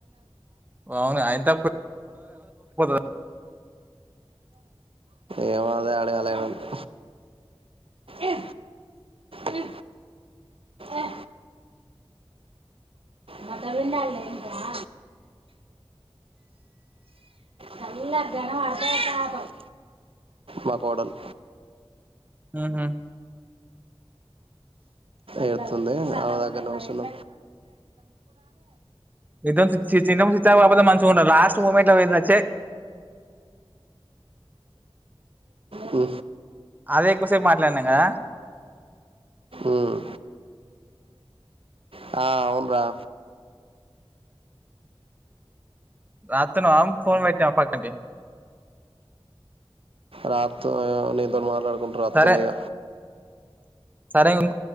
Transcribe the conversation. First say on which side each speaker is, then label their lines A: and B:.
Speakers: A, on the right; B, on the right.
A: అవునా ఎంత <unintelligible>
B: ఏమో అదే ఆడుగాలేదు ఇంకా ఏ హు ఏ బట్టలు విండలే ఇకరా కళ్ళక్ గానవడితే పాపమ్ మా కోడల్
A: హుహు
B: ఏడుతుంది ఆమె దగ్గనే కూసున్న
A: ఇద్దరం చీ చిన్నం చిచపాకపోతే మంచిగా మంచిగుండేది లాస్ట్ మూమెంట్ లో పోయింది చీ
B: ఉ
A: అదే ఎక్కువసెపు మాట్లాడిన్నం కదా
B: ఉమ్. ఆ రా
A: రాతున్నావా ఫోన్ పట్నావా పక్కకీ
B: రాతునా నీతోనీ మాట్లాడుకుంటా రాతున్న
A: సరే
B: ఇగ
A: సరే ఉద్